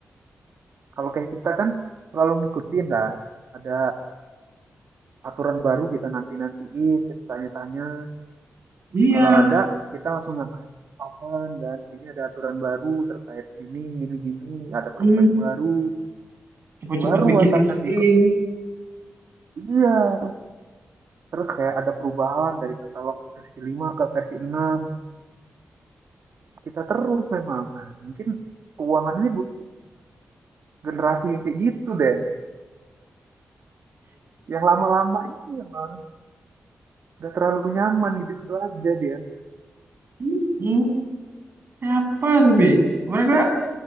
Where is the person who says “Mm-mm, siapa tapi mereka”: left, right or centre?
Right